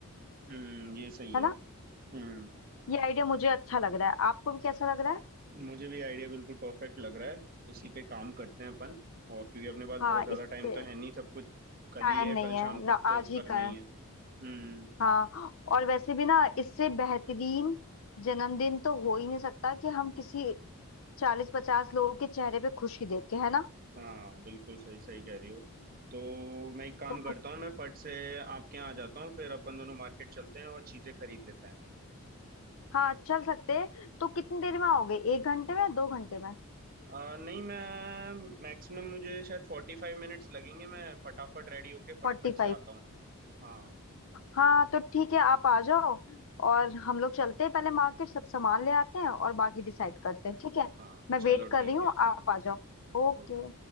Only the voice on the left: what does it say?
है
ना
ये आइडिया मुझे अच्छा लग रहा है आपको भी कैसा लग रहा है
हाँ
इस
पे
टाइम
नहीं
है
रा-
आज ही
का
है
हाँ और वैसे भी ना इससे बेहतरीन जन्मदिन तो हो ही नहीं सकता कि हम किसी चालीस पचास लोगों के चेहरे पे खुशी देख के है ना
तो
हाँ चल सकते हैं तो कितनी देर में आओगे एक घंटे में दो घंटे में
फोर्टी
फाइव
हाँ तो ठीक है आप आ जाओ और हम लोग चलते हैं पहले मार्केट सब सामान ले आते हैं और बाकी डिसाइड करते हैं ठीक है
मैं
वेट कर
रही हूँ
आप आ जाओ ओके